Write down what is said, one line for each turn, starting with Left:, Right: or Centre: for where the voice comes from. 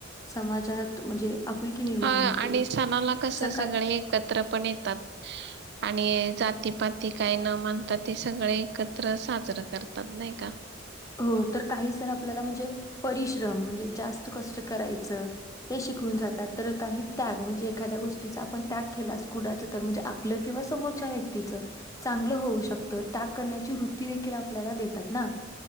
Left: समाजात म्हणजे आपुलकी निर्माण
Right: हा
Left: होते.
Right: आणि सणाला कसं
Left: सकारात्मक
Right: सगळे एकत्र पण येत- आणि जातीपाती काही न मानता ते सगळे एकत्र साजरं करतात नाही का?
Left: हो तर काही सण- आपल्याला म्हणजे -परी - श्रम म्हणजे, जास्त कष्ट करायचं ते शिकवून जातात, तर काही त्याग म्हणजे एखाद्या गोष्टीचा आपण त्याग केला कुणाच्या तर म्हणजे आपलं किंवा समोरच्या व्यक्तीच चांगलं होऊ शकतं, त्याग करण्याची वृत्ती देखील आपल्याला देतात ना?